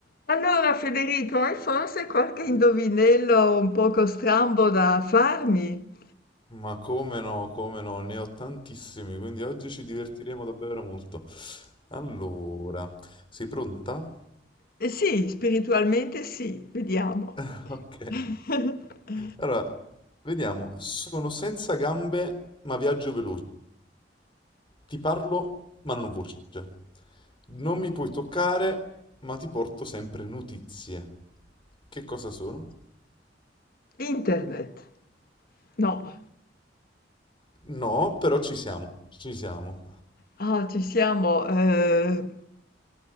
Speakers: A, on the left; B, on the left.
A: Allora, Federico, hai forse qualche indovinello un poco strambo da farmi?
B: Ma come no, come no, ne ho tantissimi, quindi oggi ci divertiremo davvero molto. Allora, sei pronta?
A: Eh sì, spiritualmente sì, vediamo.
B: <laughs> Ok.
A: <laughs>
B: Allora, vediamo. Sono senza gambe, ma viaggio veloce. Ti parlo, ma non ho voce. Non mi puoi toccare, ma ti porto sempre notizie. Che cosa sono?
A: Internet. No.
B: No, però ci siamo, ci siamo.
A: Ah, ci siamo. eh,